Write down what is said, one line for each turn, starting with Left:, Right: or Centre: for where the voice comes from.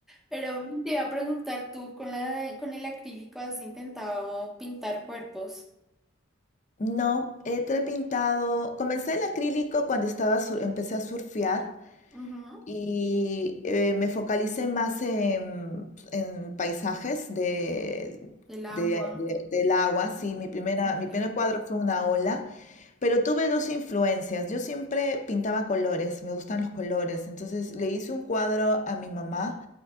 Centre: Pero bueno, te iba a preguntar, ¿tú con la, con el acrílico has intentado pintar cuerpos?
Left: No, he trepintado, comencé el acrílico cuando estaba sur- empecé a surfear
Centre: Ujú.
Left: Y eh, me focalicé más en, en paisajes de,
Centre: El agua.
Left: de- de- del agua, sí, mi primera,
Centre: No,
Left: mi
Centre: pues.
Left: primer cuadro fue una ola, pero tuve dos influencias. Yo siempre pintaba colores, me gustan los colores, entonces le hice un cuadro a mi mamá